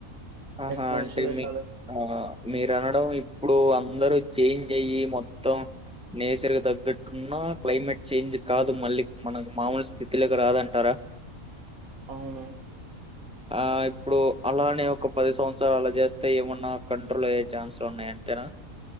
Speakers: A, in the centre; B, on the right (about 75°).
A: ఆహా
B: అట్మాస్ఫియర్
A: అంటే మీ
B: చాలా
A: ఆ మీరు అనడం ఇప్పుడు అందరు చేంజ్ అయి మొత్తం నేచర్ క తగ్గట్టున్నా క్లైమేట్ చేంజ్ కాదు మళ్ళీ మనకు మామూలు స్థితిలోకి రాదంటారా
B: అవును
A: ఆ ఇప్పుడు అలానే ఒక పది సంవత్సరాలు అలా చేస్తే ఏమన్నా కంట్రోల్ అయ్యే ఛాన్స్లు ఉన్నాయి అంతేనా